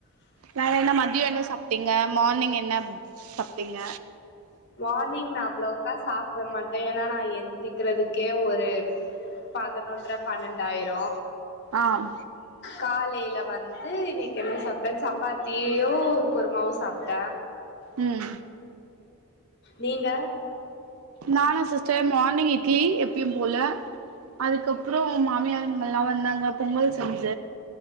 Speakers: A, on the right; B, on the left.
A: வேற என்ன மதியொ என்ன சாப் டிங்க மார்னிங் என்ன சாப்டிங்க
B: மார்னிங் நா அவ்ளவுக்கா சாப்பிட மாட்டே ஏன்னா நா எந்திரிக்கிறதுக்கே ஒரு பதனொன்ற பண்ண்டாயிரு
A: ஆம்
B: காலையில வந்து இன்னைக்கு என்ன சாப்ட்ட சப்பாத்தியு குருமாவு சாப்ட்ட
A: ம்
B: நீங்க
A: நானு சிஸ்டர் மார்னிங் இட்லி எப்பயும் போல அதுக்கப்புறோ மாமியாருங்கல்லா வந்தாங்க பொங்கல் செஞ்ச